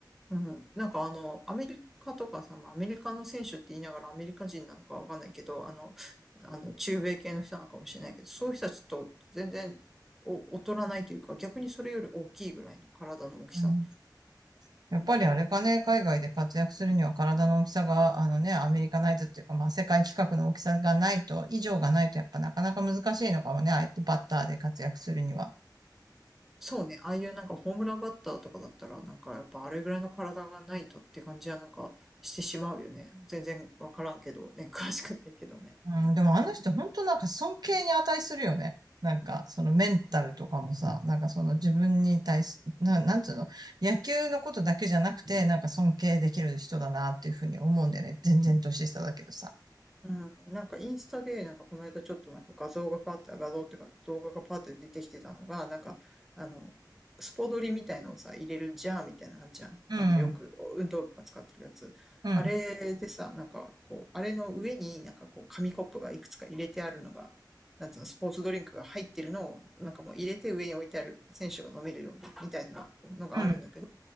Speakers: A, in the centre; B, on the right.
A: うん。なんかあの、アメリカとかさ、まあ、アメリカの選手って言いながらアメリカ人なのかわかんないけど、あの、あの、中米系の人なのかもしれないけど、そういう人たちと全然お劣らないというか、逆にそれより大きいぐらいの体の大きさ。
B: うん。やっぱりあれかね、
A: うん。
B: 海外で活躍するには体の大きさが、あのね、アメリカナイズっていうか、まあ、世界規格の大きさがないと、以上がないと、やっぱなかなか難しいのかもね、あえてバッターで活躍するには。
A: そうね、ああいうなんかホームランバッターとかだったら、なんかやっぱあれぐらいの体がないとって感じはなんかしてしまうよね。全然わからんけどね、詳しくないけどね。
B: うん、でもあの人、本当なんか尊敬に値するよね。なんか、そのメンタルとかもさ、なんかその自分に対す、な、なんつうの、野球のことだけじゃなくて、なんか尊敬できる人だなっていうふうに思うんだよね。全然年下だけどさ。
A: うん、なんかインスタで、なんかこの間ちょっとなんか画像がパッと、画像っていうか動画がパッと出てきてたのが、なんか、あの、スポドリみたいのをさ、入れるジャーみたいなのあんじゃん。
B: うん、
A: あの、よく運動部が使ってるやつ。
B: うん、
A: あれでさ、なんかこう、あれの上になんかこう、紙コップがいくつか入れてあるのが、なんつうの、スポーツドリンクが入ってるのを、なんかもう入れて上に置いてある選手が飲めるようにみたいなのがあるんだけど、
B: うん、